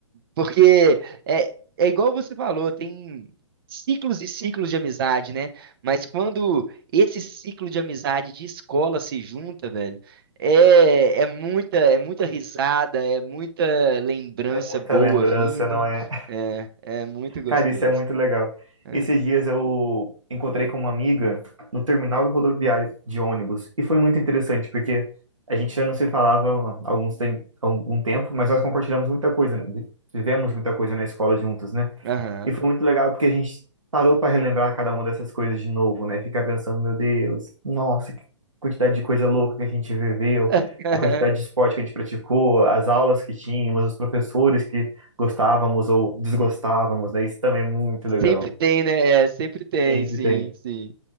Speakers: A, on the right (about 50°); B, on the right (about 85°).
A: Porque é, é igual você falou, tem ciclos e ciclos de amizade, né? Mas quando esse ciclo de amizade de escola se junta, velho, é, é muita, é muita risada, é muita lembrança
B: É muita
A: boa
B: lembrança,
A: vindo.
B: não é?
A: É, é muito gostoso.
B: Cara, isso é muito legal.
A: É.
B: Esses dias eu encontrei com uma amiga no terminal rodoviário de ônibus e foi muito interessante porque a gente já não se falava há alguns tem- há algum tempo, mas nós compartilhamos muita coisa, vi- vivemos muita coisa na escola juntos, né?
A: Aham.
B: E foi muito legal porque a gente parou para relembrar cada uma dessas coisas de novo, né? Ficar pensando, meu Deus, nossa, que quantidade de coisa louca que a gente viveu,
A: <laughs>
B: a quantidade de esporte que a gente praticou, as aulas que tínhamos, os professores que gostávamos ou desgostávamos, né? Isso também é muito legal.
A: Sempre tem, né? É, sempre tem,
B: Sempre
A: sim,
B: tem.
A: sim.